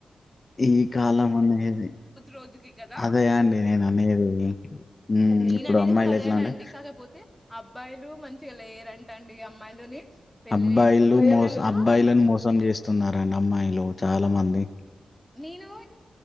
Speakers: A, on the left; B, in the centre.
A: ఈ కాలం అనేది
B: రోజుకి కదా
A: అదే అండి నేను అనేది. ఉమ్
B: నేననేది
A: ఇప్పుడు అమ్మాయిలు
B: కూడా అదేనండి
A: ఎట్లా అంటే
B: కాకపోతే అబ్బాయిలు మంచి గా లేరంటండి అమ్మాయిలుని పెళ్లి
A: అబ్బాయిలు
B: చేసుకుంటున్నారంట
A: మోసం అబ్బాయిలను మోసం చేస్తున్నారండి అమ్మాయిలు. చాలా మంది
B: నేను